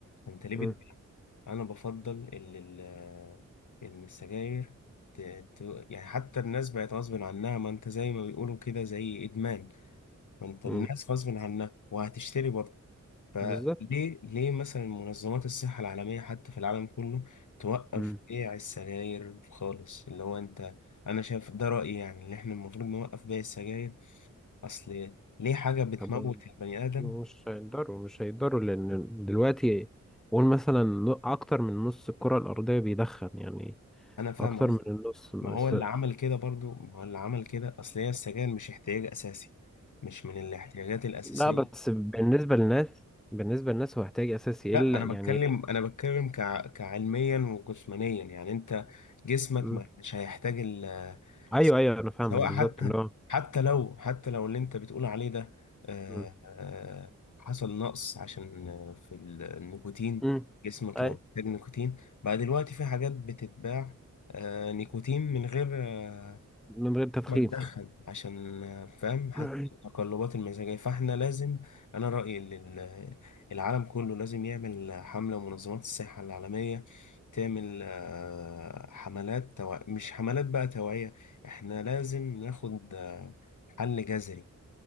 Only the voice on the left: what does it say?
فانت ليه بتبيع
انا بفضل ان ال- ان السجاير ت- ت- يعني حتى الناس بقت غصب عنها ما انت زي ما بيقولوا كده زي ادمان ما انت الناس
غصب عنها وهتشتري برضه فليه
ليه مثلا منظمات الصحة العالمية حتى في العالم كله توقف
بيع السجاير خالص اللي هو انت انا شايف ده رأيي يعني ان احنا المفروض نوقف بيع السجاير اصل ليه حاجة بتموت
البني آدم
انا فاهم
قصدي
ما هو اللي
عمل كده برضو ما هو اللي عمل كده اصل هي السجاير مش احتياج اساسي مش من الاحتياجات الأساسية
لا
انا
بتكلم انا بتكلم كع... كعلميا وجسمانيا يعني انت جسمك
ما- مش هيحتاج ال...
<laughs>
سواء
حتى
حتى لو حتى لو اللي انت بتقول عليه ده آه،
آه، حصل نقص عشان آه، في ال- النيكوتين
جسمك
لو محتاج نيكوتين بقى دلوقتي في حاجات بتتباع آه، نيكوتين من غير آه،
ما تدخل عشان آه، فاهم حتى
التقلبات المزاجية فاحنا لازم أنا رأيي إن ال- العالم كله لازم يعمل حملة منظمات الصحة العالمية تعمل آه، حملات توع... مش حملات بقى توعية احنا لازم ناخد آه، حل جذري